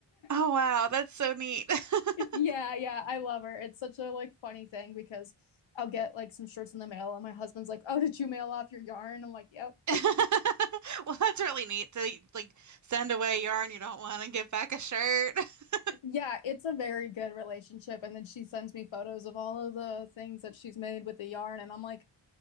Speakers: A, on the right; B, on the left.
A: Oh
B: <laughs>
A: wow, that's so neat. <laughs>
B: Yeah, yeah, I love her. It's such a like funny thing because I'll get like some shirts in the mail and my husband's like, "Oh, did you mail off your yarn?" I'm like, "Yep."
A: <laughs> Well, that's really neat to like send away yarn you don't want and get back a shirt. <laughs>
B: <laughs> Yeah, it's a very good relationship. And then she sends me photos of all of the things that she's made with the yarn, and I'm like,